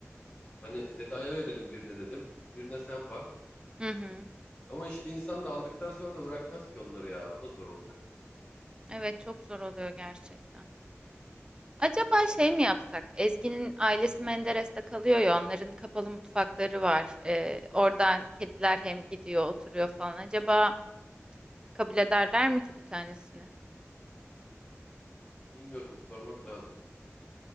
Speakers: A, on the left; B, on the right.
A: Hani Seda'ya verelim birine dedim. Birine sen bak.
B: Hı hı.
A: Ama işte insan da aldıktan sonra da bırakmaz ki onları ya. O da zor olacak.
B: Evet çok zor oluyor gerçekten. Acaba şey mi yapsak? Ezgi'nin ailesi Menderes'te kalıyor ya, onların kapalı mutfakları var. Ee, oradan kediler hem gidiyor, oturuyor falan. Acaba kabul ederler mi ki bir tanesini?
A: Bilmiyorum bir sormak lazım.